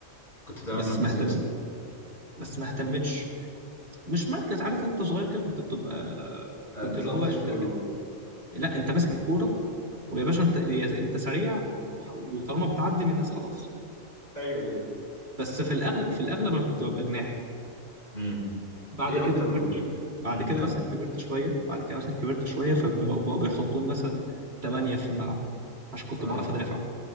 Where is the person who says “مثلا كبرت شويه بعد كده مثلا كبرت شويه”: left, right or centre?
Right